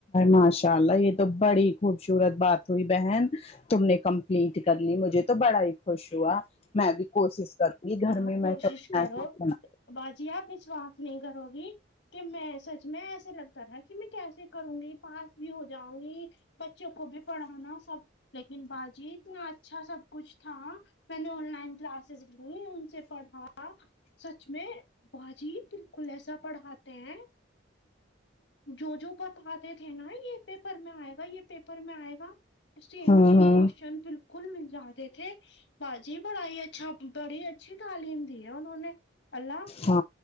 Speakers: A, on the left; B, on the left.
A: ماشاء اللہ یہ تو بڑی خوبصورت بات ہوئی بہن تم نے کمپلیٹ کر لی مجھے تو بڑا ہی خوش ہوا میں بھی کوشش کروں گی گھر
B: آپ
A: میں میں
B: کوشش
A: <unintelligible>
B: کرو باجی آپ وشواس نہیں کرو گی کہ میں سچ میں ایسے لگتا تھا کہ میں کیسے کروں گی پاس بھی ہو جاؤں گی بچوں کو بھی پڑھانا سب لیکن باجی اتنا اچھا سب کچھ تھا میں نے آن لائن کلاسز لی ان سے پڑھا سچ میں باجی بالکل ایسا پڑھاتے ہیں جو جو بتاتے تھے نا یہ پیپر میں آئے گا یہ پیپر میں آئے گا سیم
A: ہوں
B: سیم
A: ہوں
B: کوشن بالکل مل جاتے تھے باجی بڑا ہی اچھا بڑی ہی اچھی تعلیم دی ہے انہوں نے اللہ
A: ہاں